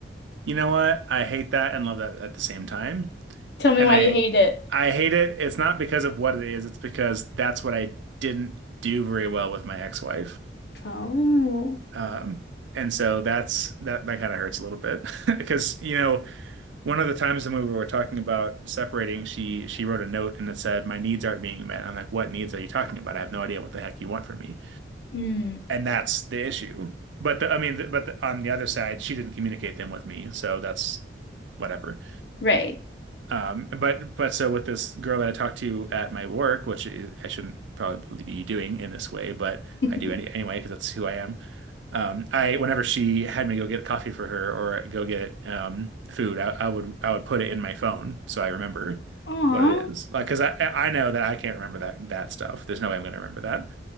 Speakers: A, on the right; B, on the left.
A: You know what? I hate that and love that at the same time.
B: Tell me
A: And
B: why
A: I
B: you hate it.
A: I hate it. It's not because of what it is, it's because that's what I didn't do very well with my ex-wife.
B: Oh.
A: Um, and so that's that that kind of hurts a little bit <laughs> because you know, one of the times when we were talking about separating, she she wrote a note and it said, "My needs aren't being met." I'm like, "What needs are you talking about? I have no idea what the heck you want from me."
B: Mm,
A: And that's the issue. But the, I mean, the, but the, on the other side, she didn't communicate them with me, so that's whatever.
B: right.
A: Um, but but so with this girl that I talked to at my work, which is, I shouldn't probably be doing in this way, but
B: <laughs>
A: I do any anyway because that's who I am. Um, I whenever she had me go get coffee for her or go get um food, I, I would I would put it in my phone so I remember
B: Aw,
A: what it is. Like because I I know that I can't remember that that stuff. There's no way I'm gonna remember that.